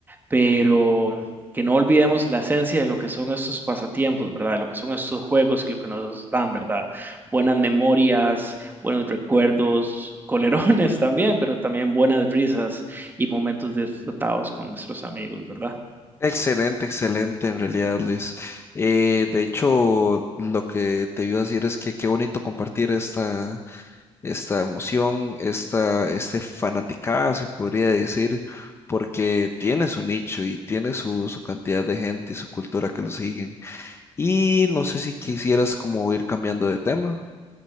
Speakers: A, on the right (about 20°); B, on the left (about 25°).
A: pero que no olvidemos la esencia de lo que son estos pasatiempos, ¿verdad? De lo que son estos juegos y lo que nos dan, ¿verdad? Buenas memorias, buenos recuerdos, colerones <laughs> también, pero también buenas risas y momentos disfrutados con nuestros amigos, ¿verdad?
B: Excelente, excelente, en realidad, Luis. Eh, de hecho, lo que te iba a decir es que qué bonito compartir esta, esta emoción, esta, este fanaticada, se podría decir, porque tiene su nicho y tiene su, su cantidad de gente y su cultura que lo siguen. Y no sé si quisieras como ir cambiando de tema.